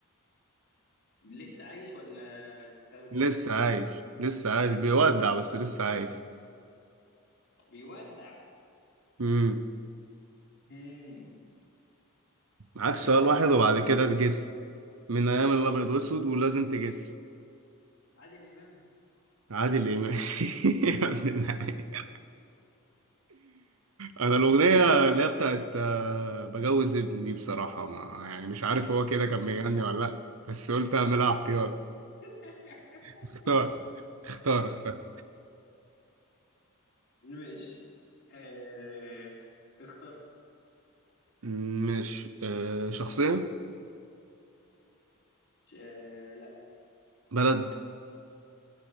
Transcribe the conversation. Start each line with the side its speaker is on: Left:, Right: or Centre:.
Left: لسه عايش ولا توفى
Right: لسه عايش لسه عايش بيودع بس لسه عايش
Left: بيودع
Right: امم
Left: مم. من
Right: معاك
Left: ايام
Right: سؤال
Left: الابيض
Right: واحد وبعد كده
Left: واسود
Right: تجس من ايام الابيض واسود ولازم تجس
Left: عادل امام
Right: عادل امام <laughs> يا ابن اللعيبه انا الاغنيه اللي هي بتاعت آه، بجوز ابني دي بصراحه ما يعني مش عارف هو كده كان بيغني ولا لا بس قلت اعملها احتياط
Left: <laughs>
Right: اختار اختار اختار
Left: ماشي آه... اخترت
Right: مش آه، شخصيه
Left: آه... لا
Right: بلد